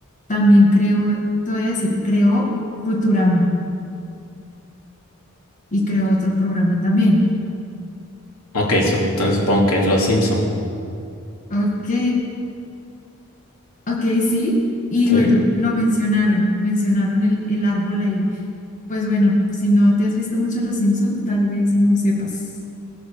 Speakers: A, on the left (about 35°); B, on the left (about 85°).
A: también creó, te voy a decir, creó Futurama y creó otro programa también.
B: Ok, sup- entonces supongo que es Los Simpson.
A: Ok, ok, sí. Y
B: ¿Sí?
A: bueno, lo mencionaron, mencionaron el, el árbol ahí. Pues bueno, si no te has visto mucho Los Simpson, tal vez no sepas